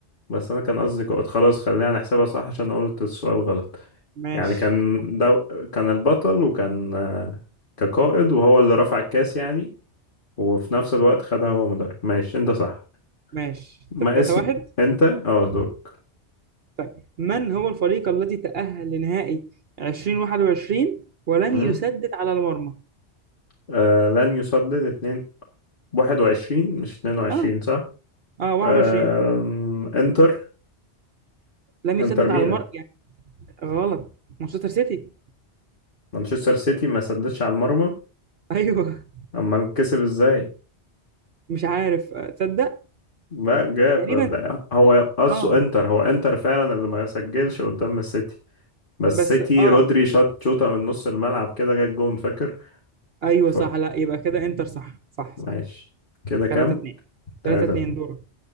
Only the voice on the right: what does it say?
ماشي
ماشي
3-1
طيب من هو الفريق الذي تأهل لنهائي 2021 ولم
يسدد على المرمى؟
اه
اه 21
لم
يسدد
على المرمى يعني غلط مانشستر سيتي
<laughs> ايوه
مش عارف آه، تصدق
تقريبا
اه
بس
اه
ايوه
صح لا يبقى كده انتر صح صح
صح
3 2
3 2
دورك